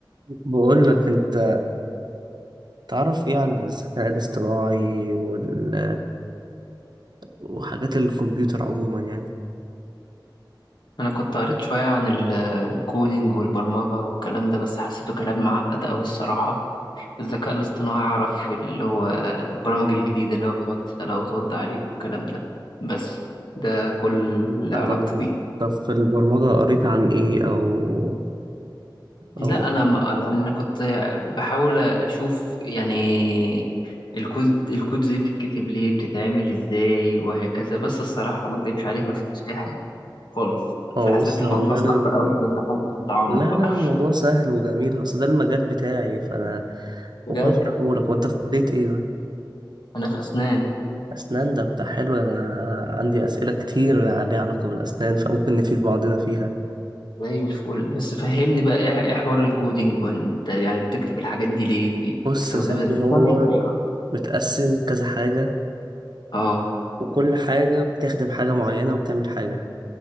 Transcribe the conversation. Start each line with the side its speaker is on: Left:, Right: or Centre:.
Right: بقول لك انت تعرف ايه عن الذكاء الاصطناعي وال وحاجات الكمبيوتر عموما يعني
Left: أنا كنت قريت شوية عن ال- الكودينج والبرمجة والكلام ده بس حسيته كلام معقد أوي الصراحة الذكاء الاصطناعي أعرف اللي هو البرامج الجديدة اللي هو بتقعد تسألها وترد عليك والكلام ده بس ده كل اللي
Right: لا
Left: علاقتي
Right: طب
Left: بيه
Right: طب في البرمجة قريت عن ايه او
Left: لا
Right: او
Left: أنا ما يعني أنا كنت بحاول أشوف يعني الكود الكود دي بتتكتب ليه بتتعمل إزاي وهكذا بس الصراحة ما أكدبش عليك ما فهمتش أي حاجة خالص
Right: او
Left: فحسيت
Right: بص
Left: الموضوع
Right: هو ده
Left: <laughs> صعب
Right: ال...
Left: أوي ما دخلتش في تعمق
Right: لا
Left: بقى
Right: لا الموضوع سهل وجميل اصل ده المجال بتاعي فانا
Left: بجد
Right: ممكن اشرحه لك وانت في كلية ايه بقى
Left: أنا في أسنان
Right: اسنان ده بتاع حلو انا عندي اسئلة كتير ليها علاقة بالاسنان فممكن نفيد بعضنا فيها
Left: زي الفل بس فهمني بقى ايه إيه حوار الكودينج وانت يعني بتكتب الحاجات دي ليه بي-
Right: بص
Left: بتستخدمها
Right: يا صاحبي
Left: بتفهمها
Right: هو
Left: ازاي
Right: متقسم كذا حاجة
Left: اه
Right: وكل حاجة بتخدم حاجة معينة وبتعمل حاجة